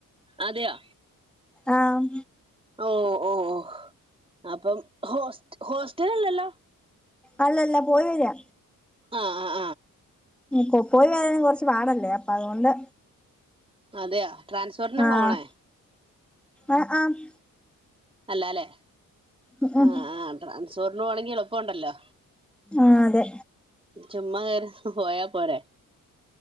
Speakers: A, on the right; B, in the centre.
A: അതെയൊ
B: ആഹ്
A: ഓ ഓഹ് അപ്പം ഹോസ്റ്റ് ഹോസ്റ്റലല്ലല്ലോ
B: അല്ലല്ല പോയി വരാ
A: ആഹ് ആഹ്
B: കൊ പോയി വരാൻ കൊറച്ച് പാടല്ലേ അപ്പൊ അതുകൊണ്ട്
A: അതെയ ട്രാൻസ്ഫോറിനാണോ
B: ആഹ്
A: പോണേ
B: ആഹ് ആഹ്
A: അല്ലാലേ
B: ഉം ഉം
A: ആഹ് ട്രാൻസ്ഫോറിനോണെങ്കി എള്പ്പൊണ്ടല്ലോ
B: ആഹ് അതെ
A: ചുമ്മാകേറി ഹ്പോയാ പോരായ്